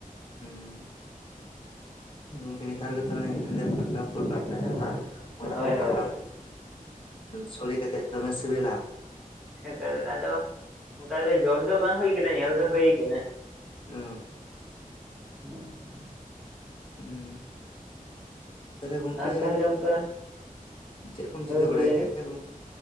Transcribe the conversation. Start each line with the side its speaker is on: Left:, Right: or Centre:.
Left: ᱦᱩᱸ ᱜᱚᱝᱠᱮ ᱱᱮᱛᱟᱨ ᱜᱮᱛᱚ ᱚᱱᱮ ᱦᱮᱸᱫᱮ ᱯᱷᱟᱨᱠᱟ ᱯᱷᱩᱞ ᱯᱷᱟᱨᱠᱟ ᱧᱟᱢᱚᱜ-ᱟ ᱚᱱᱟ
Centre: ᱦᱳᱭ
Left: ᱜᱚᱝᱠᱮ
Centre: ᱦᱳᱭ
Left: ᱵᱟᱝ ᱥᱚᱲᱮ ᱠᱟᱛᱮᱜ ᱫᱚᱢᱮ ᱥᱤᱵᱤᱞᱟ
Centre: ᱦᱮᱥᱮ ᱮᱠᱟᱭ ᱫᱚ ᱚᱱᱠᱟ ᱞᱮ ᱡᱚᱢ ᱫᱚ ᱵᱟᱝ ᱦᱩᱭ ᱠᱟᱱᱟ ᱧᱮᱞ ᱫᱚ ᱦᱩᱭ ᱠᱟᱱᱟ
Left: ᱚᱻ
Centre: ᱦᱳᱭ
Left: ᱦᱮᱸ ᱛᱟᱦᱞᱮ ᱜᱚᱝᱠᱮ
Centre: ᱟᱨ ᱛᱟᱦᱚᱞᱮ ᱚᱱᱠᱟ
Left: ᱪᱮᱫ ᱠᱚᱢ
Centre: ᱦᱳᱭ
Left: ᱪᱤᱠᱟᱹ
Centre: ᱜᱚᱝᱠᱮ
Left: ᱵᱟᱲᱟᱭ
Centre: ᱞᱟᱹᱭ
Left: ᱜᱮᱭᱟ
Centre: ᱵᱮᱱ
Left: ᱦᱮᱸ